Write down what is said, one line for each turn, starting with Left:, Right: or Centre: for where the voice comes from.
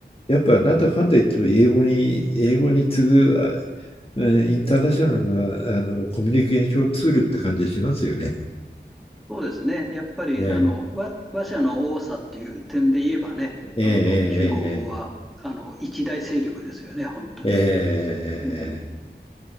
Left: やっぱなんだかんだ言っても英語に、英語に次ぐ、インターナショナルなあのコミュニケーションツールって感じがしますよね。
Centre: そうですね。やっぱり、
Left: え
Centre: あの、わ話者の多さっていう点で言えばね、
Left: えええええ
Centre: あの、中国語は、あの、一大勢力ですよね、本当に。
Left: え
Centre: うん。
Left: えええ